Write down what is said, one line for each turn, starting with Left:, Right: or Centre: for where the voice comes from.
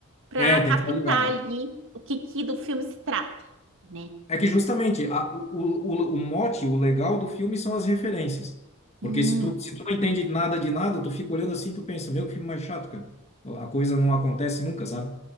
Right: para
Left: É,
Right: captar
Left: tem que estar ligado.
Right: ali o que, que do filme se trata, né?
Left: É que justamente a, o, o, o mote, o legal do filme são as referências.
Right: Sim.
Left: Porque se tu, se tu não entende nada de nada, tu fica olhando assim, tu pensa, meu, que filme mais chato, cara. A coisa não acontece nunca, sabe?